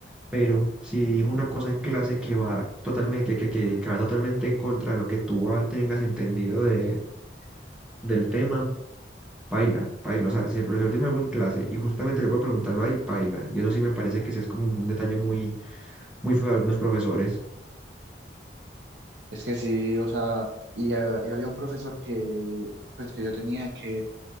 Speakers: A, in the centre; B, on the right (about 75°).
A: pero si dijo una cosa en clase que va totalmente, que, que, que, que va totalmente en contra de lo que tú ah, tengas entendido de, del tema, paila, paila. O sea, si el profesor dijo algo en clase y justamente yo puedo preguntarlo ahí, paila. Y eso sí me parece que sí es como un detalle muy, muy feo de algunos profesores.
B: Es que sí, o sea, y, ha- y había un profesor que, pues, que yo tenía que